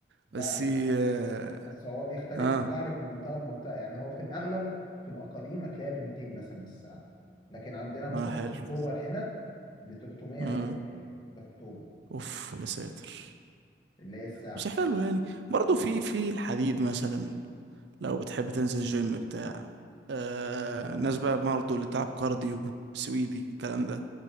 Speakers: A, on the right; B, on the left.
A: بس
B: لا يعني
A: اه
B: اصل هو بيختلف
A: اه,
B: السعر من منطقه لمنطقه يعني هو في الاغلب في الاقاليم هتلاقيها ب 200 مثلا من الساعه لكن عندنا مثلا
A: آه حلو
B: في اكتوبر هنا ب 300
A: آه.
B: 400 ده في اكتوبر
A: اوف يا ساتر
B: اللي هي الساعه
A: بس حلو يعني برضه في في الحديد مثلا لو بتحب تنزل جيم بتاع آه الناس بقى برضه اللي بتلعب كارديو سويدي الكلام ده